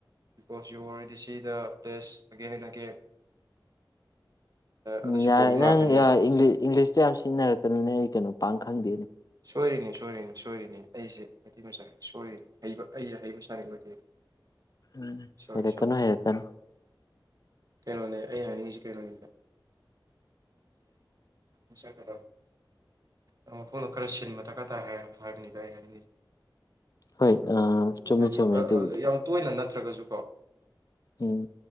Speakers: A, on the right; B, on the left.
A: ꯀꯣꯞꯁꯨ ꯑꯣꯔꯦꯗꯤ ꯁꯤꯗ ꯄ꯭ꯂꯦꯁ ꯑꯒꯦꯟ ꯑꯦꯦꯟ ꯑꯒꯦꯟ
B: ꯎꯝ
A: ꯑꯗꯨꯁꯨ
B: ꯌꯥꯔꯦ
A: ꯕꯣꯔꯤꯡ
B: ꯅꯪ
A: ꯂꯥꯛꯀꯅꯦꯕ
B: ꯏꯪꯂꯤꯁꯇꯣ ꯌꯥꯝ ꯁꯤꯖꯤꯟꯅꯔꯛꯀꯅꯤꯅꯦ ꯑꯩ ꯀꯩꯅꯣ ꯄꯥꯡ ꯈꯪꯗꯦꯅꯤ
A: ꯁꯣꯏꯔꯤꯅꯤ ꯁꯣꯏꯔꯤꯅꯤ ꯁꯣꯏꯔꯤꯅꯤ ꯑꯩꯁꯦ ꯃꯤ ꯃꯆꯥ ꯁꯣꯏꯔꯤꯅꯤ ꯍꯩꯕ ꯑꯩ ꯍꯩꯕ ꯁꯥꯅꯤꯡꯕꯗꯤ
B: ꯎꯝ
A: ꯁꯣꯔꯤ
B: ꯍꯩꯔꯦꯇꯅꯣ
A: ꯁꯣꯔꯤ
B: ꯍꯩꯔꯦꯇꯅꯣ
A: ꯀꯩꯅꯣꯅꯦ ꯑꯩ ꯍꯥꯏꯅꯤꯡꯉꯤꯁꯤ ꯀꯩꯅꯣꯅꯤꯗ ꯖꯦꯁ ꯀ ꯑꯣ ꯅ ꯈꯔ ꯁꯤꯟꯃ ꯊꯛꯀꯔ ꯇꯥꯏ ꯍꯥꯏꯕꯅꯤꯗ ꯑꯩ ꯍꯥꯏꯅꯤꯡ
B: ꯍꯣꯏ ꯆꯨꯝꯃꯦ
A: ꯍꯥꯏꯗꯤ
B: ꯆꯨꯝꯃꯦ ꯑꯗꯨꯕꯨꯗꯤ
A: ꯌꯥꯝ ꯇꯣꯏꯅ ꯅꯠꯇ꯭ꯔꯒꯁꯨ
B: ꯎꯝ